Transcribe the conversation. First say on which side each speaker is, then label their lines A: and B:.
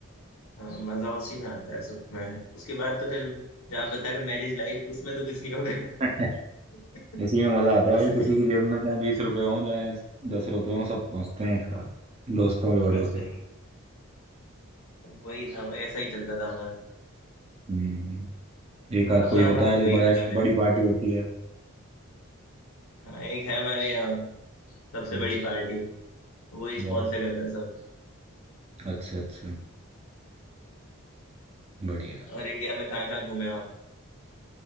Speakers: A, on the left; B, on the right.
A: हाँ मजा उसी में आता है सब में उसके बाद तो फिर जहाँ बता रहे हो मैरिज लाइफ उसमें तो कुछ नहीं होगा
B: <laughs>
A: <laughs>
B: इसी में मजा आता
A: उस
B: है भाई किसी की जेब में चाहे बीस रुपए हो चाहे दस रुपए हो सब पहुंचते हैं एक साथ दोस्तों के भरोसे
A: बस वही वही था वही ऐसा ही चलता था हमारा तो
B: हम्म, एक
A: और
B: आध
A: आप
B: कोई
A: कहाँ
B: होता
A: कहाँ
B: है
A: घूमे
B: जो बड़ा
A: हैं?
B: बड़ी पार्टी होती है
A: हाँ एक है हमारे यहाँ सबसे
B: हम्म,
A: बड़ी पार्टी वो ही
B: बस
A: स्पॉन्सर करता है सब
B: अच्छा अच्छा बढ़िया
A: और इंडिया में कहाँ कहाँ घूमे आप